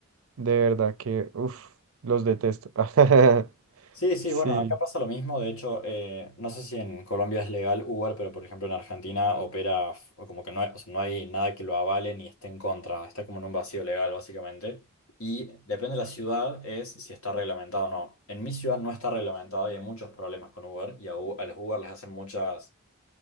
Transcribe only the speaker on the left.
Sí, sí,
bueno, acá pasa lo mismo. De hecho, eh, no sé si en Colombia es legal Uber, pero por ejemplo en Argentina opera f- o como que no hay, o sea, no hay nada que lo avale ni esté en contra. Está como en un vacío legal, básicamente. Y depende de la ciudad, es si está reglamentado o no. En mi ciudad no está reglamentado y hay muchos problemas con Uber. Y a, U- a los Uber les hacen muchas